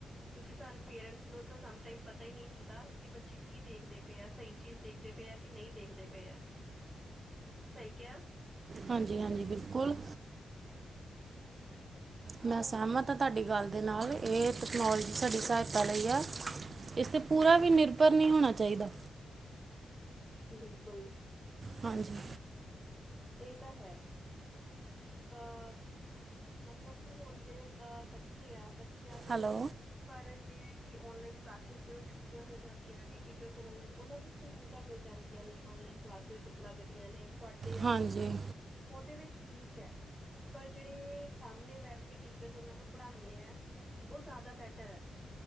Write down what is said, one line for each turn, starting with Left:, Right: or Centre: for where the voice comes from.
Centre: ਕਿਉਂਕਿ ਸਾਨੂੰ ਪੇਰੈਂਟਸ ਨੂੰ ਤਾਂ ਸਮ ਟਾਈਮ ਪਤਾ ਈ ਨੀ ਹੁੰਦਾ ਕਿ ਬੱਚੇ ਕੀ ਦੇਖਦੇ ਪਏ ਆ ਸਹੀ ਚੀਜ਼ ਦੇਖਦੇ ਪਏ ਆ ਕਿ ਨਈ ਦੇਖਦੇ ਪਏ ਆ ਸਈ ਕਿਆ
Right: ਹਾਂਜੀ-ਹਾਂਜੀ ਬਿਲਕੁਲ। ਮੈਂ ਸਹਿਮਤ ਆ ਤੁਆਡੀ ਗੱਲ ਦੇ ਨਾਲ ਏ ਤਕਨੋਲੋਜੀ ਸਾਡੀ ਸਹਾਇਤਾ ਲਈ ਆ। ਏਸ ਤੇ ਪੂਰਾ ਵੀ ਨਿਰਭਰ ਨਈ ਹੋਣਾ ਚਾਈਦਾ।
Centre: ਬਿਲਕੁਲ।
Right: ਹਾਂਜੀ।
Centre: ਏ ਤਾਂ ਹੈ ਤਾਂ ਮਤਲਬ ਕਿ ਹੁਣ ਜੇੜੇ ਅਹ ਬੱਚੇ ਆ ਬੱਚਿਆਂ ਨੂੰ
Right: ਹੈਲੋ
Centre: ਪਰ ਜੇ ਹੈ ਕਿ ਓਨਲਾਈਨ ਕਲਾਸ ਚ ਛੁੱਟੀਆ ਹੋ ਜਾਂਦੀਆਂ ਨੇ ਟੀਚਰਸ ਔਨਲਾਈਨ ਓਨਾਂ ਵਿੱਚ ਸਹੂਲਤਾਂ ਮਿਲ ਜਾਂਦੀਆਂ ਨੇ। ਔਨਲਾਈਨ ਕਲਾਸਿਜ ਲੱਗਦੀਆਂ ਨੇ ਪੜ੍ਹਦੇ ਆ।
Right: ਹਾਂਜੀ
Centre: ਉਦੇ ਵਿੱਚ ਠੀਕ ਐ। ਪਰ ਜੇੜੇ ਸਾਹਮਣੇ ਬੈਠ ਕੇ ਟੀਚਰਸ ਉਹਨਾ ਨੂੰ ਪੜ੍ਹਾਦੇ ਆ। ਓ ਜ਼ਿਆਦਾ ਬੈਟਰ ਐ